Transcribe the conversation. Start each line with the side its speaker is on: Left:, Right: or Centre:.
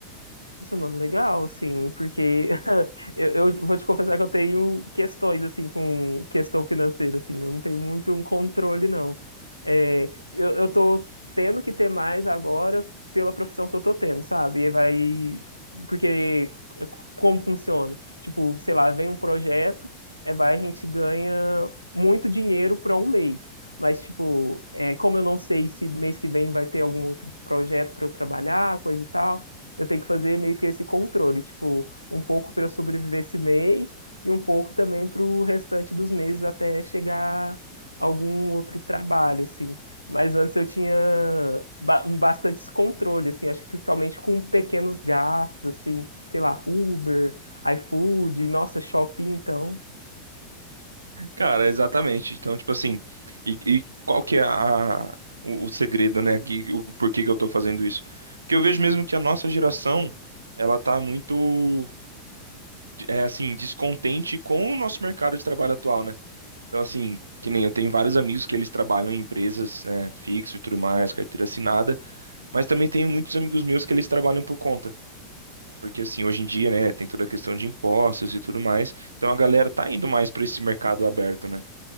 Left: Nossa, mano, legal, assim, porque <laughs> eu, eu vou te confessar que eu tenho questões, assim, com questão financeira, assim, eu não tenho muito um controle, não. É, eu, eu tô tendo que ter mais agora pela profissão que eu tô tendo, sabe? E vai, porque eu- como funciona? Tipo, sei lá, vem um projeto, é, vai, a gente ganha muito dinheiro para um mês. Mas, tipo, é, como eu não sei se mês que vem vai ter algum outro projeto para eu trabalhar, coisa e tal, eu tenho que fazer meio que esse controle, tipo, um pouco para eu sobreviver esse mês e um pouco também para o restante dos meses até chegar algum outro trabalho, assim. Mas antes eu tinha ba- um bastante descontrole, assim, acho que principalmente com pequenos gastos, assim, sei lá, Uber, iFood, nossa, shopping, então.
Right: Cara, exatamente. Então, tipo assim, e, e qual que é a, a- o, o segredo, né, Que o porquê que eu tô fazendo isso? Porque eu vejo mesmo que a nossa geração, ela tá muito, é assim, descontente com o nosso mercado de trabalho atual, né? Então, assim, que nem eu tenho vários amigos que eles trabalham em empresas, né, fixo e tudo mais, carteira assinada, Mas também tenho muitos amigos meus que eles trabalham por conta. Porque, assim, hoje em dia, né, tem toda a questão de impostos e tudo mais. Então a galera tá indo mais para esse mercado aberto, né?